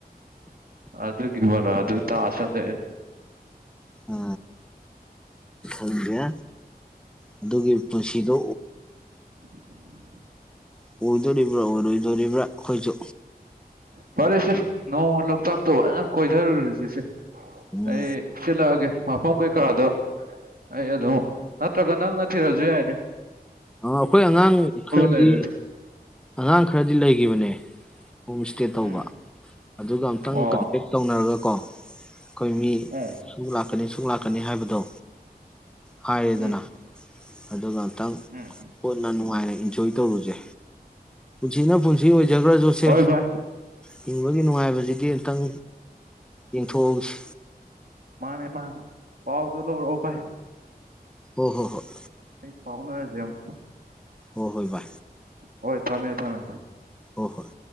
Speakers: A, on the right; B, in the centre.
A: ꯑꯗꯨꯒ ꯏꯕꯂ ꯑꯗꯨ ꯇꯁꯗ
B: ꯑ ꯊꯪꯒ ꯑꯗꯨꯒꯤ ꯄꯨꯟꯁꯤꯗꯣ
A: <unintelligible>
B: ꯑꯣꯏꯗꯣꯔꯤꯕ꯭ꯔꯥ ꯑꯣꯏꯔꯣꯏꯗꯣꯔꯤꯕ꯭ꯔꯥ ꯑꯩꯈꯣꯏꯁꯨ
A: ꯐꯔꯦꯁꯦ ꯅꯣꯡꯃ ꯂꯧꯣꯛ ꯊꯥꯛ ꯇꯧꯖꯅ ꯀꯣꯏ ꯔꯔꯤꯁꯤꯁꯦ
B: ꯎꯝ
A: ꯑꯩ ꯆꯂꯑꯦ ꯃꯐꯝ ꯀꯩꯀꯥꯗꯣ ꯑꯩ ꯑꯗꯨꯝ ꯅꯠꯇ꯭ꯔ ꯀ ꯅꯪ ꯅꯔꯁꯨꯨ ꯌꯥꯅꯦ
B: ꯑ ꯑꯩꯈꯣꯏ ꯑꯉꯥꯡ ꯈꯔꯗꯤ
A: ꯂꯩꯔꯗꯤ
B: ꯑꯉꯥꯡ ꯈꯔꯗꯤ ꯂꯩꯈꯤꯕꯅꯦꯣ
A: ꯎꯝ
B: ꯇꯧꯕ ꯑꯗꯨꯒ ꯑꯃ
A: ꯑꯣ
B: ꯀꯇꯦꯛ ꯇꯔ ꯑꯗꯨꯒꯀꯣꯡ ꯑꯩꯈꯣꯏ ꯃꯤ
A: ꯎꯝ
B: ꯁ ꯂꯥꯛ ꯂꯥꯛꯀꯅꯤ ꯁꯨꯛ ꯂꯥꯛꯀꯅꯤ ꯍꯥꯏꯕꯗꯣ ꯍꯥꯏꯔꯦꯗꯅ
A: ꯎꯝ
B: ꯑꯗꯨꯒ ꯑꯨꯇꯪ
A: ꯎꯝ
B: ꯍꯣꯅ ꯅꯨꯡꯉꯥꯏꯔꯦ ꯏꯟꯖꯣꯏ ꯇꯧꯔꯨꯁꯦ ꯄꯨꯅ ꯄꯨꯁꯤ ꯑꯣꯏ ꯖꯒꯔꯁꯨꯣꯁꯦ
A: ꯍꯣꯏ ꯚꯥꯏ
B: ꯍꯤꯡꯕꯒꯤ ꯅꯨꯡꯉꯥꯏꯕꯁꯤꯗꯤ ꯑꯝꯇꯪ ꯌꯦꯡꯊꯣꯛꯎꯁꯤ
A: ꯃꯥꯅꯦ ꯃꯥ ꯄꯥꯎꯗꯨꯂꯕ
B: ꯍ ꯍꯣꯏ ꯍꯣꯏ
A: ꯄꯥꯎꯅꯖꯦꯝ
B: ꯍꯣꯏ ꯍꯣꯏ ꯚ
A: ꯍꯣꯏ ꯊꯃꯦ ꯊꯃꯦꯥꯏ
B: ꯍꯣꯏ ꯍꯣꯏ